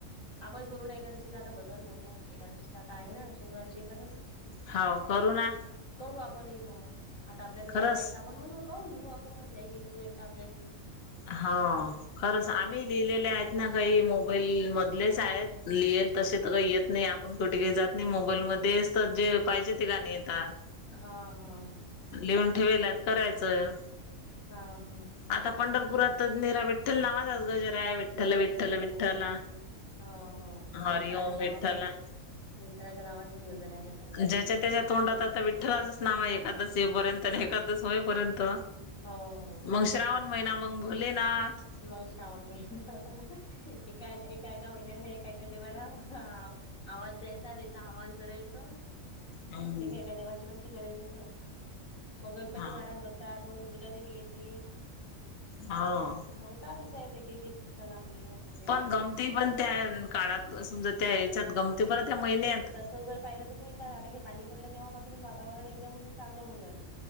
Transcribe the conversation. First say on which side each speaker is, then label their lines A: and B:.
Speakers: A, on the left; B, on the left.
A: आपण करू न एकादशीला आता भजन मोठ्या एकादशीला, आता आहे ना शनिवारची एकादस
B: हव करू ना.
A: करू आपणही मग, आता आपल्या जवळ
B: खरंच
A: आहे त आपण म्हणू पाहून म्हणू आपण. नाही बिनपाहू येत त आपल्याले
B: हा खरच आम्ही लिहिलेले आहेत ना काही मोबाईल मधलेच आहेत. लिहेल तसे तर काही येत नाही. आपण कुठे काही जात नाही. मोबाईलमधे असत. जे पाहिजे ते गाणी येतात.
A: हा हा.
B: लिहून ठेवेल आहेत करायचं.
A: हा ह.
B: आता पंढरपुरात तर नीरा विठ्ठल नावाचाच गजर आहे विठ्ठल
A: गजर
B: विठ्ठल
A: आहे.
B: विठ्ठला
A: ह हा हा
B: हरी
A: विठ्ठलाच्या
B: ओम विठ्ठला
A: नावाचा विठ्ठलाच्या नावाचाच गजर आहे <unintelligible>
B: ज्याच्या त्याच्या तोंडात आता विठ्ठलाचच नाव आहे एकादस येईपर्यंत न एकादस होईपर्यंत.
A: हो हो
B: मग श्रावण महिना मग भोलेनाथ
A: मग श्रावण महिना. एका एक एका, एका महिन्याला एका, एका देवाला आवाज द्यायचा त्याच आवाहन करायचं
B: हम्म
A: ह एका एका देवाची भक्ती करायची बस. मग गणपती
B: हा
A: महाराज बस तात. मग दुर्गा देेवी येते.
B: हा.
A: मग चालूच आहेत एक, एक, एक, एक सण आपले सगळे
B: पण गमती पण त्या काळात. समजा त्या याच्यात गमती पण त्या महिन्यात
A: आता जर पाहिलं तर की <unintelligible> आता हे पाणी पडलं तेव्हापासूनच वातावरण एकदम चांगलं होऊन जाते.